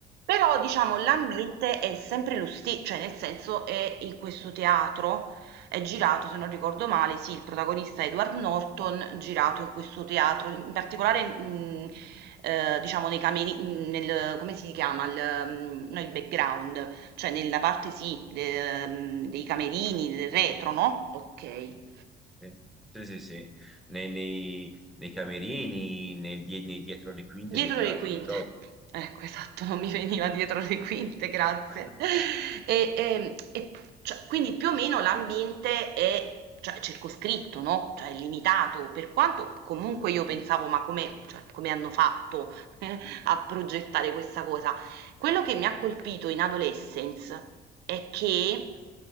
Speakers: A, on the right (about 75°); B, in the centre.
A: Però diciamo l'ambiente è sempre lo stesso, cioè nel senso è in questo teatro, è girato se non ricordo male, sì, il protagonista è Edward Norton, girato in questo teatro, in particolare mh, eh, diciamo nei cameri, mh, nel, come si chiama, il, mh, no, il background, cioè nella parte sì, de- mh, dei camerini, del retro, no? Ok.
B: Sì, sì, sì, sì. Nei, nei- nei camerini, nel die- nei dietro le quinte
A: Dietro
B: dei teatri
A: le quinte.
B: di prova.
A: Ecco, esatto, non mi veniva dietro le quinte, grazie.
B: <laughs>
A: E, ehm, e cioè, quindi più o meno l'ambiente è, cioè, circoscritto, no? Cioè, è limitato, per quanto comunque io pensavo, ma come, cioè, come hanno fatto <laughs> a progettare questa cosa? Quello che mi ha colpito in Adolescence è che,